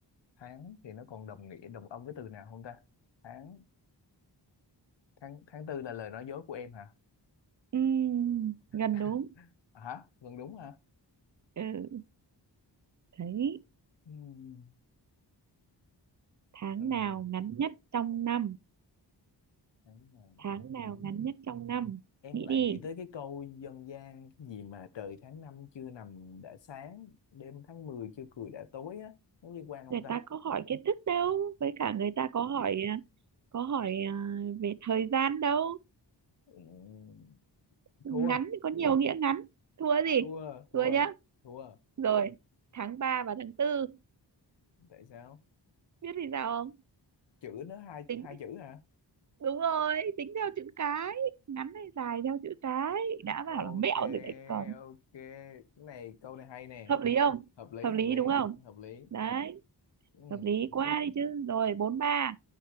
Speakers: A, on the left; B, on the right.
A: tháng thì nó còn đồng nghĩa đồng âm với từ nào không ta tháng tháng tháng tư là lời nói dối của em hả
B: Ừm, gần
A: <laughs>
B: đúng
A: À, hả gần đúng hả
B: ừ. thấy
A: Ừm,
B: tháng
A: ừm,
B: nào ngắn nhất trong năm
A: tháng nào
B: tháng nào
A: trong
B: ngắn
A: năm.
B: nhất trong năm
A: em
B: nghĩ
A: lại
B: đi
A: nghĩ tới cái câu dân gian cái gì mà trời tháng năm chưa nằm đã sáng đêm tháng 10 chưa cười đã tối á nó liên quan không
B: người
A: ta
B: ta có hỏi kiến thức đâu với cả người ta có hỏi à, có hỏi à, về thời gian đâu
A: Ừm,
B: ngắn
A: thua
B: thì có nhiều nghĩa ngắn thua gì
A: thua thua
B: thua nhá
A: thua
B: rồi tháng 3 và tháng tư
A: tại sao
B: biết vì sao không
A: chữ nữa hai
B: tính
A: hai chữ hả
B: đúng rồi tính theo chữ cái ngắn hay dài theo chữ cái đã
A: ok
B: bảo là mẹo rồi đấy còn
A: ok cái này câu này hay nè
B: hợp lý không
A: hợp lý
B: hợp
A: hợp
B: lý
A: lý
B: đúng không
A: hợp lý
B: đấy
A: Ừm,
B: hợp lý quá đi chứ rồi bốn ba